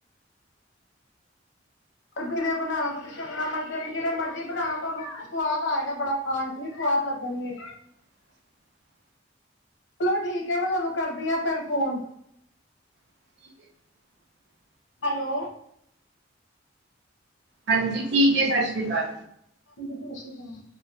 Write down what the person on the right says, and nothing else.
<inaudible>
<unintelligible>
ਹਾਂਜੀ ਠੀਕ ਏ, ਸਸ ਸ੍ਰੀ ਕਾਲ।